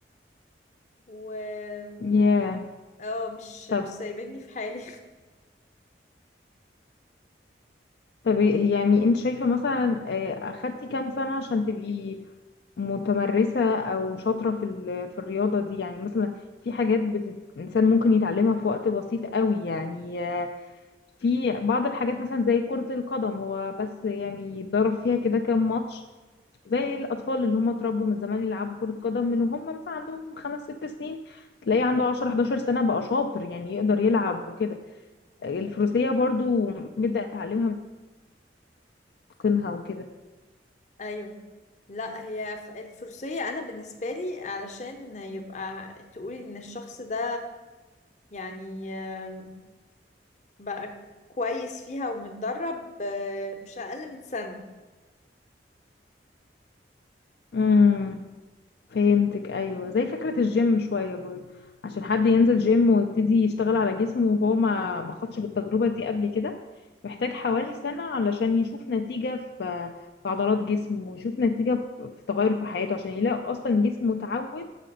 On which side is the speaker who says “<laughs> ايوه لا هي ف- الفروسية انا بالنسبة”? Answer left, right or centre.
Left